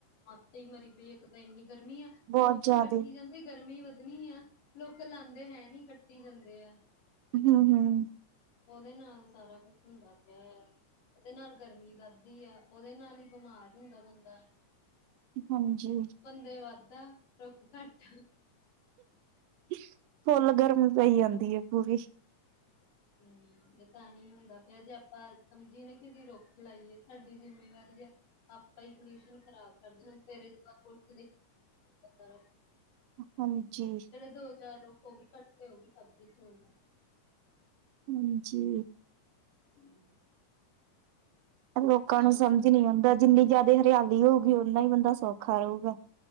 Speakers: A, on the left; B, on the right.
A: ਹੱਦ ਈ ਮਰੀ ਪਈ ਹੈ ਤਾਂ ਇੰਨੀ ਗਰਮੀ ਆ
B: ਬਹੁਤ
A: ਰੁੱਖ
B: ਜ਼ਿਆਦੇ,
A: ਕੱਟੀ ਜਾਂਦੀ ਗਰਮੀ ਵੱਧਣੀ ਆ ਰੁਖ ਲਾਂਦੇ ਹੈ ਨੀ ਕੱਟੀ ਜਾਂਦੇ ਆ।
B: ਹੂੰ-ਹੂੰ
A: ਉਹਦੇ ਨਾਲ ਸਾਰਾ ਕੁਛ ਹੁੰਦਾ ਪਿਆ ਆ ਉਹਦੇ ਨਾਲ ਗਰਮੀ ਵੱਧਦੀ ਆ। ਉਹਦੇ ਨਾਲ ਹੀ ਬਿਮਾਰ ਹੁੰਦਾ ਬੰਦਾ
B: ਹਾਂਜੀ
A: ਬੰਦੇ ਵੱਧ ਰੁੱਖ ਘੱਟ
B: ਫੁੱਲ ਗਰਮ ਪਈ ਜਾਂਦੀ ਹੈ ਪੂਰੀ
A: ਹੂੰ ਇਹ ਤਾਂ ਹੀ ਹੁੰਦਾ ਪਿਆ ਜੇ ਆਪਾਂ ਸਮਝੀਏ ਨਾ ਕਿ ਅਸੀਂ ਰੁੱਖ ਲਾਈਏ ਸਾਡੀ ਜਿੰਮੇਵਾਰੀ ਆ। ਆਪਾਂ ਹੀ ਪਲਿਊਸ਼ਨ ਖਰਾਬ ਕਰਦੇ ਹ ਸਵੇਰੇ ਜਦੋਂ ਆਪਾਂ ਉੱਠਦੇ ਕਿ <unintelligible> ਸਣਾ ਹੁੰਦਾ ਸਾਰਾ ਕੁ।
B: ਹਾਂਜੀ
A: ਦੋ ਚਾਰ ਰੁੱਖ ਹੋ ਵੀ ਘੱਟ ਤੇ ਹੋ ਵੀ ਸਭ ਕੁਛ ਚੱਲਦਾ।
B: ਹਾਂਜੀ
A: ਹੂੰ
B: ਲੋਕਾਂ
A: ਤਾਂ
B: ਨੂੰ ਸਮਝ
A: ਕਰਕੇ
B: ਨੀ ਆਉਂਦਾ ਜਿੰਨੀ ਜਾਦਾ ਹਰਿਆਲੀ ਹੋਊਗੀ ਓਨਾ ਹੀ ਬੰਦਾ ਸੌਖਾ ਰਊਗਾ।